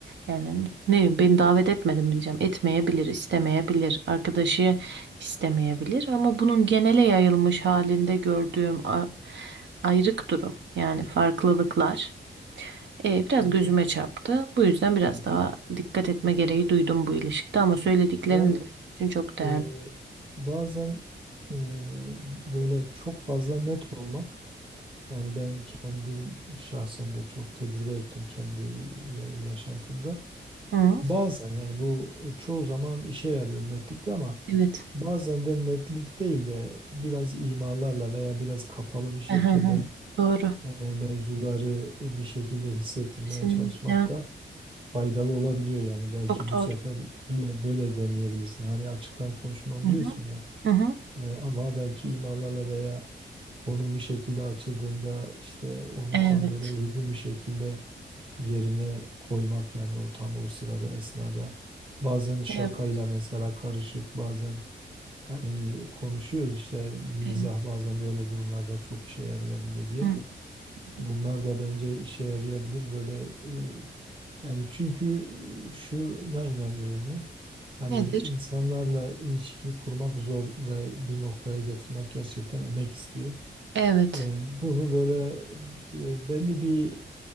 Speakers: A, on the right; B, on the right.
A: Yani ne beni davet etmedi mi diyeceğim. Etmeyebilir, istemeyebilir, arkadaşı istemeyebilir ama bunun genele yayılmış halinde gördüğüm a- ayrık durum yani farklılıklar e, biraz
B: Hı
A: gözüme çarptı. Bu yüzden biraz
B: hı.
A: daha dikkat etme gereği duydum bu ilişkide ama söylediklerin
B: Yani
A: de benim için çok
B: Eee,
A: değerli.
B: bazen eee, böyle çok fazla net olmak yani ben kendim şahsen de çok tecrübe ettim kendi ya- yaşantımda.
A: Hı,
B: Bazen yani bu e, çoğu zaman işe yarıyor netlik ama
A: evet.
B: bazen de netlik değil de biraz imalarla veya biraz kapalı bir şekilde
A: Aha, aha. Doğru.
B: e, mevzuları bir şekilde hissettirmeye
A: Kesinlikle.
B: çalışmak da faydalı olabiliyor yani belki
A: Çok
B: bu
A: doğru.
B: sefer böyle böyle deneyebilirsin. Hani açıktan konuşmam
A: Hı hı.
B: diyorsun ya.
A: Hı hı.
B: Ee, ama belki imalarla veya konu bir şekilde açıldığında işte onu
A: Evet.
B: tam böyle uygun bir şekilde yerine koymak yani o tam o sırada esnada bazen şakayla
A: Evet.
B: mesela karışık bazen hani konuşuyoruz işte mizah
A: Evet.
B: bazen böyle durumlarda çok işe yarayabiliyor diye.
A: Hı hı.
B: Bunlar da bence işe yarayabilir böyle e, yani çünkü şuna inanıyorum ben. Hani
A: Nedir?
B: insanlarla ilişki kurmak zor ve bir noktaya getirmek gerçekten emek istiyor.
A: Evet.
B: Ee, bunu böyle e, belli bir